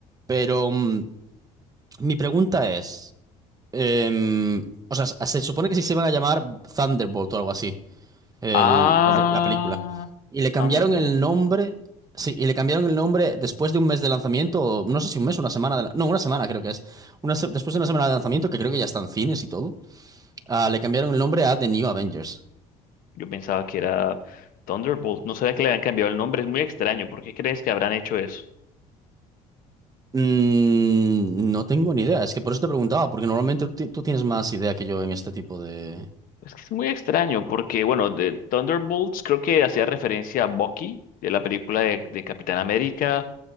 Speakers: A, on the right (about 25°); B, on the left (about 65°).
A: Pero mm, mi pregunta es, em, o sea, se supone que sí se van a llamar Thunderbolt o algo así. el-
B: Ah,
A: el- la película. Y le cambiaron
B: Thunderbolt.
A: el nombre, sí, y le cambiaron el nombre después de un mes de lanzamiento, o no sé si un mes, una semana, de la- no, una semana creo que es. Una, se- después de una semana de lanzamiento, que creo que ya está en cines y todo, ah, le cambiaron el nombre a The New Avengers.
B: Yo pensaba que era Thunderbolt. No sabía que le habían cambiado el nombre. Es muy extraño. ¿Por qué crees que habrán hecho eso?
A: Mm, no tengo ni idea, es que por eso te preguntaba, porque normalmente tú, ti- tú tienes más idea que yo en este tipo de...
B: Es que es muy extraño porque, bueno, de Thunderbolts creo que hacía referencia a Bucky de la película de, de Capitán América.